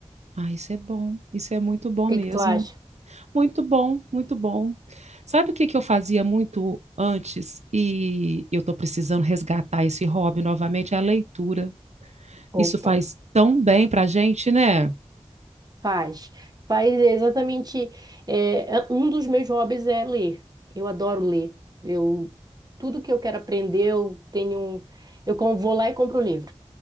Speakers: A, on the right (about 75°); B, on the right (about 35°).
A: Ah, isso é bom. Isso é muito bom
B: que
A: mesmo.
B: que tu acha?
A: Muito bom, muito bom. Sabe o que que eu fazia muito antes e eu tô precisando resgatar esse hobby novamente? É a leitura. Isso
B: Opa,
A: faz tão bem para a gente, né?
B: faz. Faz exatamente. eh, é- um dos meus hobbies é ler. Eu adoro ler. Eu, tudo que eu quero aprender, eu tenho um. Eu com- vou lá e compro o livro.